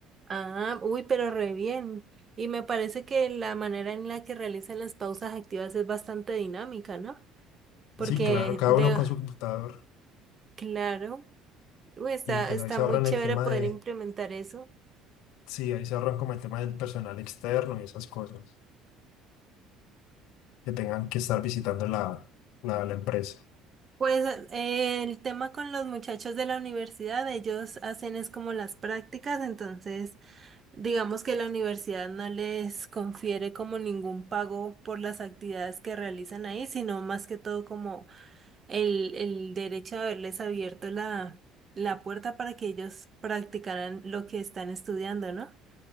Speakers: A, on the right; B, on the left.
A: Ah, uy, pero re bien. Y me parece que la manera en la que realizan las pausas activas es bastante dinámica, ¿no? Porque
B: Sí, claro, cada
A: de,
B: uno con su computador
A: claro, uy, está,
B: y pues
A: está
B: ahí se
A: muy
B: ahorran
A: chévere
B: el tema
A: poder
B: de,
A: implementar eso.
B: sí, ahí se ahorran como el tema del personal externo y esas cosas que tengan que estar visitando la, la, la empresa.
A: Pues eh, el tema con los muchachos de la universidad, ellos hacen es como las prácticas, entonces digamos que la universidad no les confiere como ningún pago por las actividades que realizan ahí, sino más que todo como el, el derecho de haberles abierto la, la puerta para que ellos practicaran lo que están estudiando, ¿no?